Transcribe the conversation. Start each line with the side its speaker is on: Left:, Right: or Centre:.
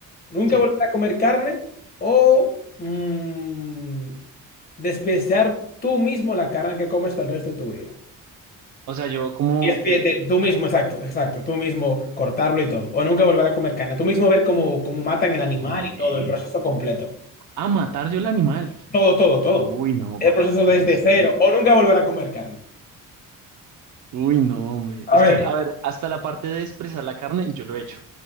Left: ¿Nunca
Right: Sí.
Left: volver a comer carne o mm, despreciar tú mismo la carne que comes por el resto de tu vida?
Right: O sea, yo como...
Left: Y es pie-
Right: de-
Left: de- tú mismo, exacto, exacto, tú mismo cortarlo y todo. O nunca volver a comer carne. Tú mismo ver cómo, cómo matan el animal
Right: Uy, men.
Left: y todo, el proceso completo.
Right: A matar yo el animal.
Left: Todo, todo, todo.
Right: Uy, no,
Left: El
Right: papá,
Left: proceso
Right: ¿cómo
Left: desde
Right: así?
Left: cero. O nunca volver a comer carne.
Right: Uy, no, hombre.
Left: A
Right: Es
Left: ver,
Right: que, a ver, hasta la parte de expresar la carne, yo lo he hecho.